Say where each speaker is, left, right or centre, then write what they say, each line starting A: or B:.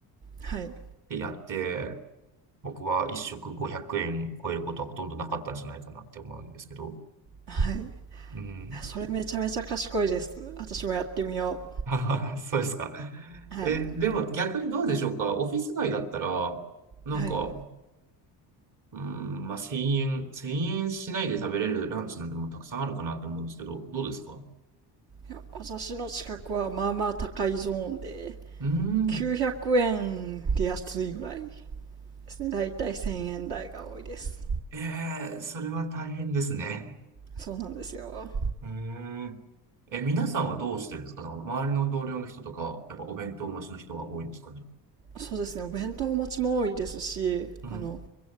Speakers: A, on the right; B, on the right.
A: はい。
B: で、やって、僕は一食500円超えることはほとんどなかったんじゃないかなって思うんですけど。
A: はい。
B: うん。
A: それめちゃめちゃ賢いです。私もやってみよ
B: <laughs> そうですか。
A: う。はい。
B: え、でも逆にどうでしょうか。オフィス街だったら、なんか、
A: はい。
B: うん、まあ、1000円、1円しないで食べれるランチなんてもうたくさんあるかなと思うんですけど、どうですか
A: いや、私の近くはまあまあ高いゾーンで、
B: うーん、
A: 900円で安いぐらいですね。だいたい1000円台が多いです。
B: ええそれは大変ですね。
A: そうなんですよ。
B: うーん。え、皆さんはどうしてるんですかだから周りの同僚の人とか、やっぱお弁当をお持ちの人が多いんですかね
A: そうですね。お弁当持ちも多いですし、
B: うん、
A: あの、